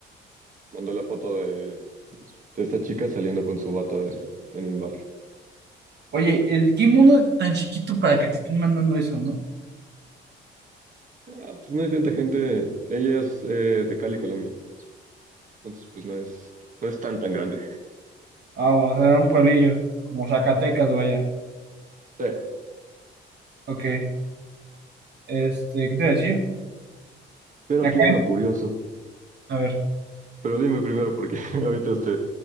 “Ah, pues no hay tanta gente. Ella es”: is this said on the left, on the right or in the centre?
Right